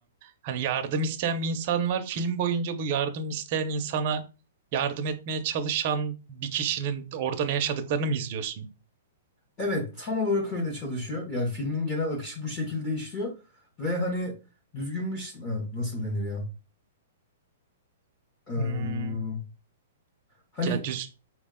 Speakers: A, on the right; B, on the left.
A: Hani yardım isteyen bir insan var. Film boyunca bu yardım isteyen insana yardım etmeye çalışan bir kişinin orada ne yaşadıklarını mı izliyorsun?
B: Evet, tam olarak öyle çalışıyor. Yani filmin genel akışı bu şekilde işliyor. Ve hani düzgün bir... ş- Ha, Nasıl denir ya? Ee,
A: Hmm,
B: hani
A: ya düz...